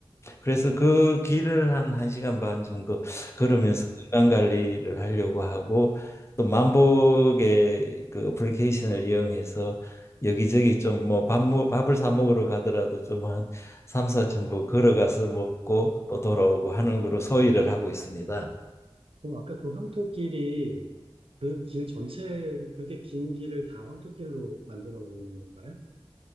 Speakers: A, on the left; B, on the right.
A: 그래서 그 길을 한 1시간 반 정도 음. 걸으면서
B: 어,
A: 건강 관리를 하려고 하고 또 만복의 그 어플리케이션을 이용해서 여기저기 좀 뭐 밥, 먹- 밥을 사 먹으러 가더라도 좀 한 삼사천보 걸어가서 먹고 또 돌아오고 하는 거로 소일을 하고 있습니다.
B: 그럼 아까 그 황토끼리 그 길 전체를, 그게 긴 길을 다 황토길로 만들어 놓은 건가요?